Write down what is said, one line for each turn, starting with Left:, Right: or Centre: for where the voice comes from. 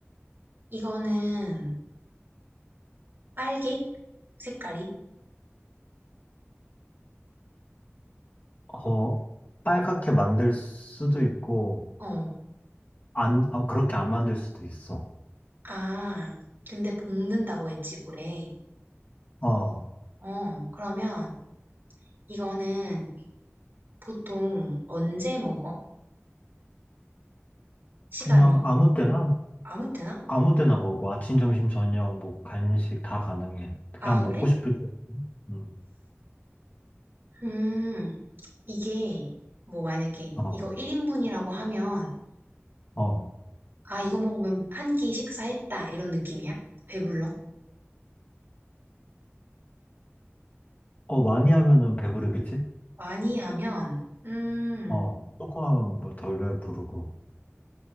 Right: 이거는 빨개? 색깔이?
Left: 어, 빨갛게 만들 수도 있고
Right: 어,
Left: 안 어, 그렇게 안 만들 수도 있어.
Right: 아, 근데 볶는다고 했지, 물에.
Left: 어,
Right: 어, 그러면 이거는 보통 언제 먹어? 시간이?
Left: 그냥 아무 때나
Right: 어, 아무 때나?
Left: 아무 때나 먹어. 아침, 점심, 저녁, 뭐 간식 다 가능해. 그냥
Right: 아,
Left: 먹고
Right: 그래?
Left: 싶을 때. 음,
Right: 음, 이게, 뭐, 만약에,
Left: 어,
Right: 이거 1인분이라고 하면,
Left: 어,
Right: 아, 이거 먹으면 한 끼 식사했다, 이런 느낌이야? 배불러?
Left: 어 많이 하면은 배부르겠지?
Right: 많이 하면, 음,
Left: 어, 조금 하면 뭐 덜덜 부르고.